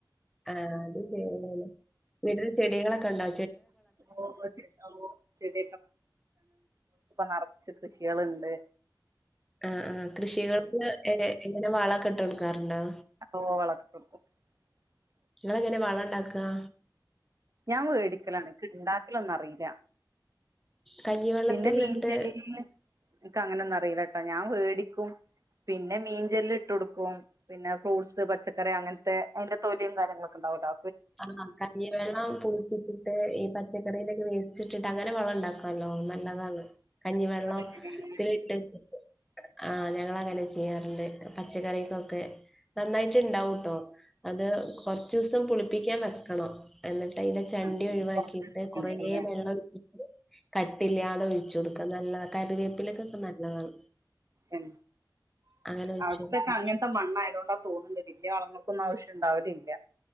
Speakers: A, in the centre; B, on the right.
A: ആാ <unintelligible> വീട്ടില് ചെടികളൊക്കെ ഒണ്ടാ
B: <inaudible> ഇപ്പം നെറച്ച് കൃഷികളോണ്ട്
A: ആാ ആാ കൃഷികൾക്ക് എ എങ്ങനെ വാളോക്കെട്ട് കൊട്ക്കാറേണ്ടോ
B: അപ്പൊ <unintelligible>
A: നിങ്ങളെങ്ങനെ വളം ഒണ്ടാക്ക്യാ
B: ഞാൻ മേടിക്കലാണ് ഒണ്ടാക്കലെന്നും അറിയില്ല
A: കഞ്ഞിവെള്ളത്തിലിട്ട്
B: പിന്നെ മീൻ <unintelligible> എനക്ക് അങ്ങനെന്നും അറിയില്ല കേട്ടോ ഞാൻ വേടിക്കും പിന്നെ മീൻചെല്ല് ഇട്ട് കൊടുക്കും പിന്നെ ഫ്രൂട്ട്സ് പച്ചക്കറി അങ്ങനത്തെ അയിന്റെ തൊലിയും കാര്യങ്ങളൊക്കെ ഒണ്ടാവൂട്ടോ
A: ആാ <unintelligible> വേണം പുളിച്ചിട്ടിട്ട് ഈ പച്ചക്കറിയിലൊക്കെ വേസ്ട്ട് അങ്ങനെ വളം ഒണ്ടാക്കുവാല്ലോ നല്ലതാണ് കഞ്ഞിവെള്ളം
B: അതെങ്ങനെയാണ്
A: ത്തില്ട്ട് ആാ ഞങ്ങള് അങ്ങനെ ചെയ്യാറോണ്ട് പച്ചക്കറിക്കൊക്കെ നന്നായിട്ടിണ്ടാവൂട്ടോ അത് കൊറച്ചൂസം പുളിപ്പിക്കാൻ വെക്കണം എന്നിട്ട് ട്ടൈന്റെ ചണ്ടി
B: ആ ആ
A: ഒഴിവാക്കിയിട്ട്
B: പൊറത്തെടുത്ത്ക്കേണ്ടി
A: കൊറേ
B: വരൂല്ലേ
A: വെള്ളം ഒഴിച്ച് കട്ടിയില്ല്യാതെ ഒഴിച്ചു കൊടുക്കാ നല്ലതാ കറിവേപ്പിലക്കൊക്കെ നല്ലതാണ്
B: എൻ
A: അങ്ങനെ ഒഴിച്ചു
B: അവസ്ഥയൊതക്കെ
A: കൊടുക്കും
B: അങ്ങൻത്തെ മണ്ണായതൊണ്ടാ തോന്ന്ണ്ട് വല്യവളങ്ങളും ക്കുന്നാവശ്യഇണ്ടാവലില്ല